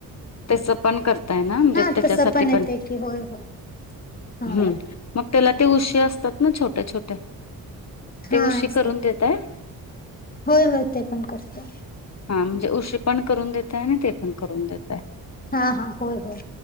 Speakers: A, on the left; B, on the left.
A: त्याच पण करताय ना? म्हणजे
B: हा
A: त्याच्यासाठी
B: तसं येते
A: पण
B: की होय होय
A: --
B: हा
A: हम्म. मग त्याला ते उशी असतात ना छोट्या छोट्या.
B: हा
A: ते उशी
B: असतात
A: करून देतायं?
B: की होय होय ते पण करतो
A: हा. म्हणजे उशी् पण करून देत ताय. ते पण करून देतायं.
B: हा हा होय होय